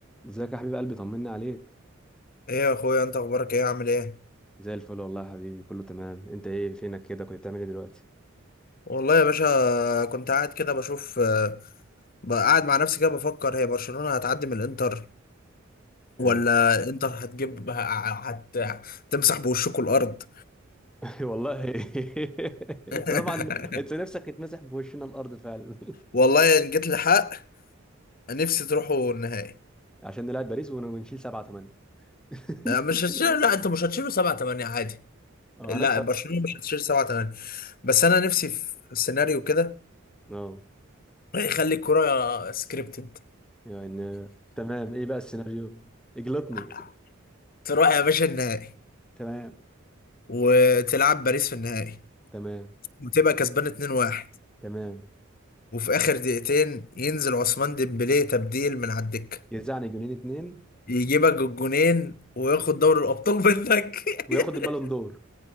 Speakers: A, in the centre; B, on the left.
A: ازيك يا حبيب قلبي طمنا عليك
B: ايه يا اخويا انت اخبارك ايه عامل ايه
A: زي الفل والله يا حبيبي كله تمام انت ايه فينك كده كنت بتعمل ايه دلوقتي
B: والله يا باشا كنت قاعد كده بشوف آه، بقى قاعد مع نفسي كده بفكر هي برشلونة هتعدي من الانتر ولا
A: اه،
B: انتر هتجيب هت... هتمسح بوشكوا الارض
A: <laughs> والله <laughs>
B: <laughs>
A: انت طبعا انت نفسك تتمسح بوشنا الارض فعلا
B: والله ان جيت لحق نفسي تروحوا النهائي
A: <laughs> عشان نلعب باريس ون- ونشيل سبعة تمانية <laughs>
B: آه، مش هتشيل لا انتوا مش هتشيلوا 7 8 عادي
A: اه
B: لا
A: هنخسر
B: برشلونة مش هتشيل 7 8 بس انا نفسي في سيناريو كده
A: اه
B: يخلي الكرة سكريبتد
A: يعني تمام ايه بقى السيناريو اجلطني
B: <laughs> تروح يا باشا النهائي
A: تمام
B: وتلعب باريس في النهائي
A: تمام
B: وتبقى كسبان 2-1
A: تمام
B: وفي اخر دقيقتين ينزل عثمان ديمبلي تبديل من على الدكه
A: يرزعني جنين اتنين
B: يجيبك الجونين وياخد دوري الابطال منك
A: وياخد
B: <laughs>
A: البالون دور